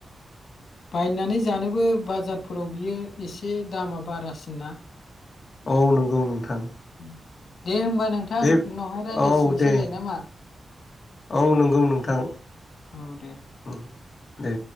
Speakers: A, on the left; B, on the left.
A: बायनानै जानोबो बाजारफोराव बियो एसे दामा बारासिन ना।
B: औ नंगौ नोंथां।
A: उम दे होमबा। नोंथां
B: दे
A: उनावहाय रायज्लायसिनसैलाय
B: औ दे
A: नामा
B: औ नंगौ नोंथां
A: औ दे
B: उम दे।